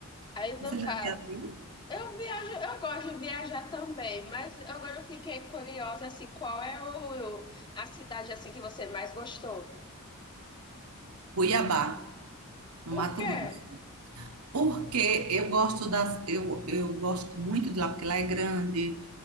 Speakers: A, on the left (about 20°); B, on the right (about 80°).
A: aí
B: Você
A: não,
B: já
A: cara.
B: viu?
A: Eu viajo, eu gosto de viajar também, mas agora eu fiquei curiosa assim, qual é o, a cidade assim que você mais gostou?
B: Cuiabá, no
A: Por
B: Mato
A: quê?
B: Grosso. Porque eu gosto das, eu, eu gosto muito de lá, porque lá é grande,